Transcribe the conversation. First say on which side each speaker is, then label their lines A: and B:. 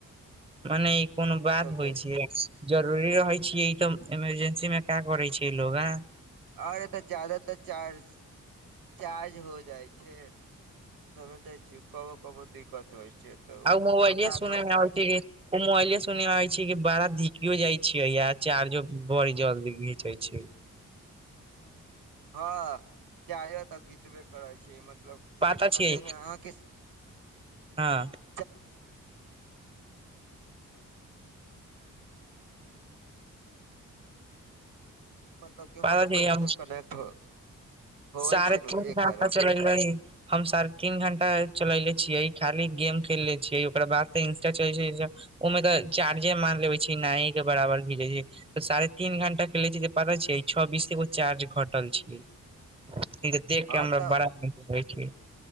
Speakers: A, on the right; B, on the right.
A: मने ई कोनो बात
B: समझे
A: होइ छियै। जरुरी रहै छियै ई त इमरजेंसी मे पैक भरै छियै लोग आंए।
B: और एत जादातर चार्ज चार्ज हो जाइ छै, समझ जाइ छियै कबो -कबो दिक्कत होइ छै त उ,
A: आ मोबाइले
B: उ का
A: सुने
B: कर
A: मे
B: सकै
A: आबै
B: छै?
A: कि ओ मोबाइले सुनमे आबै छै कि बड़ा धिपियो जाइ छियै आ चार्जो बड़ी जल्दी घींचै छियै।
B: हँ चाय तऽ घीचबे करै छियै मतलब कि
A: पता
B: कितना
A: छियै।
B: देरमे अहाँके
A: हँ।
B: <unintelligible> <unintelligible> मतलब कि
A: पता
B: हॉटस्पॉट
A: छै
B: ई
A: हम
B: सब कनेक्ट होवे
A: साढ़े
B: छै ने
A: तीन
B: एहि कारण।
A: <unintelligible> हम साढ़े तीन घण्टा चलेले छियै खाली गेम खेलले छियै ओकरा बाद तऽ इंस्टा चलैत छैय ओहिमे तऽ चार्जे मार लेबे छैय नाए के बराबर <unintelligible> छैय। तऽ साढ़े तीन घंटा खेलै छी जे पता छैय छ बीस के एगो चार्ज घटल छैय। ई जे देख के
B: हँ
A: हमरा
B: तऽ
A: बड़ा नीक लगे छैय।